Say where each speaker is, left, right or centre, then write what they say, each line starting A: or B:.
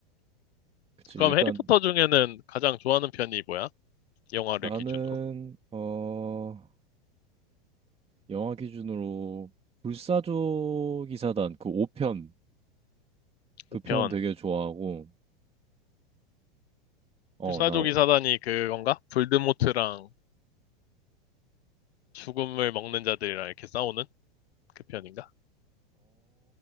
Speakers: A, on the right; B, on the left.
A: 그치
B: 그럼
A: 일단
B: 해리포터 중에는 가장 좋아하는 편이 뭐야? 영화를
A: 나는
B: 기준으로.
A: 어 영화 기준으로 불사조 기사단 그 5편 그
B: 5편.
A: 편 되게 좋아하고 어
B: 불사조기
A: 나어
B: 사단이 그건가? 볼드모트랑 죽음을 먹는 자들이랑 이렇게 싸우는 그 편인가?